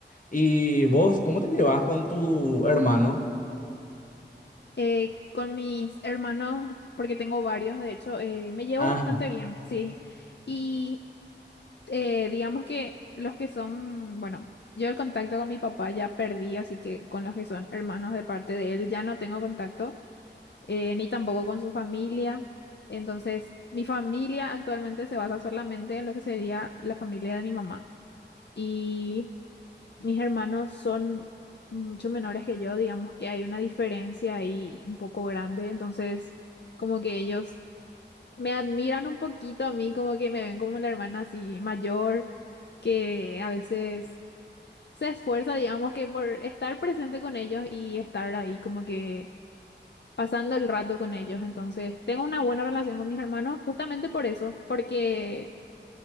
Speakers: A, on the left; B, on the left.
A: ¿Y vos, cómo te llevas con tu hermano?
B: Eh, con mis hermanos, porque tengo varios, de hecho, eh, me llevo
A: Ah.
B: bastante bien, sí. Y eh, digamos que los que son, bueno, yo el contacto con mi papá ya perdí, así que con los que son hermanos de parte de él ya no tengo contacto, eh, ni tampoco con su familia. Entonces, mi familia actualmente se basa solamente en lo que sería la familia de mi mamá. Y mis hermanos son mucho menores que yo, digamos que hay una diferencia ahí un poco grande, entonces como que ellos me admiran un poquito a mí, como que me ven como la hermana así mayor, que a veces se esfuerza, digamos que por estar presente con ellos y estar ahí como que pasando el rato con ellos, entonces tengo una buena relación con mis hermanos justamente por eso, porque